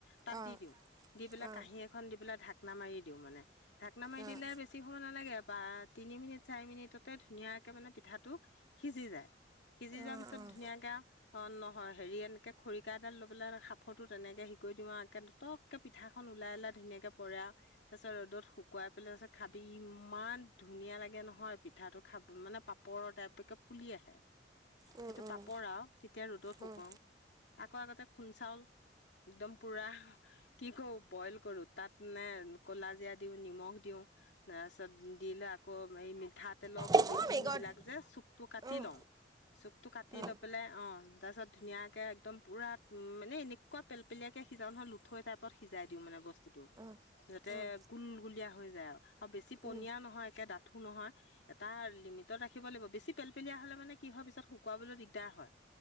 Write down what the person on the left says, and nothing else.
তাত
দি দিওঁ, দি পেলাই
কাঁহী এখন দি পেলাই ঢাকনা মাৰি দিওঁ মানে ঢাকনা মাৰি
দিলে বেছি সময় নালাগে আ বা তিনি মিনিট চাৰি মিনিটতে ধুনীয়াকে মানে পিঠাটো সিজি যায়। সিজি যোৱাৰ
পিছত পিছত
ধুনীয়াকে আও, অ', নহয় হেৰি এনেকে খৰিকা এডাল লৈ পেলাই সাঁফৰটো তেনেকে হেই কই দিওঁ আও এনে পটকে পিঠাখন ওলাই-ওলাই ধুনীয়াকে পৰে আৰু তাপিছত ৰ'দত শুকুৱাই পেলাই তাছত খাফ ইমান ধুনীয়া লাগে নহয় পিঠাটো খাব, মানে পাপৰৰ টাইপ একে ফুলি আহে।
সেইটো
পাপৰ আৰু তেতিয়া ৰ'দত শুকুৱাওঁ।
আকৌ আগতে খুন চাউল একদম পুৰাহ কি কও, বইল কৰো, তাত নে কলাজিৰা দিও, নিমখ দিওঁ তাৰ পিছত দিলে আকৌ এই মিঠাতেলৰ পোলিত
ঠিনবিলাক
যে চুকটো কাটি
লওঁ। চুক টো কাটি
লৈ পেলাই অ', তাৰপিছত ধুনীয়াকে একদম পুৰা মানে এনেকুৱা পেলপেলিয়া কে সিজাও নহ লুঠৈ টাইপত খিজাই দিওঁ মানে বস্তুটো।
যাতে
গুলগুলিয়া হৈ যায় আও, আৰু বেছি পনি
নিয়া নহয়, একে দাঠো নহয়, এটা লিমিটত ৰাখিব লাগিব। বেছি পেলপেলিয়া হ'লে মানে কি হয় পিছত শুক খোৱালৈ দিগদাৰ হয়